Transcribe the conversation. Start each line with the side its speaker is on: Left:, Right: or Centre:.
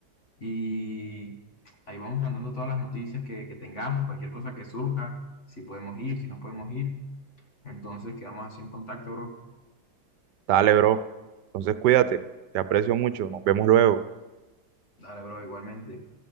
Left: y ahí vamos mandando todas las noticias que, que tengamos, cualquier cosa que surja, si podemos ir, si no podemos ir. Entonces, quedamos así en contacto, bro.
Right: Dale, bro. Entonces cuídate, te aprecio mucho, nos vemos luego.
Left: Dale, bro, igualmente.